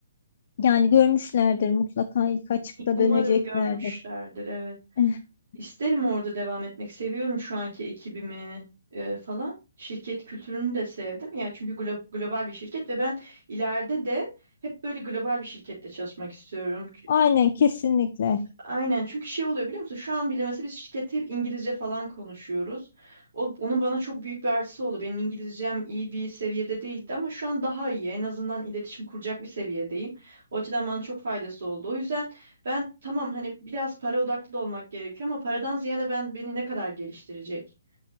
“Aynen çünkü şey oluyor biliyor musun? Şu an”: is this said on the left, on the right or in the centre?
Right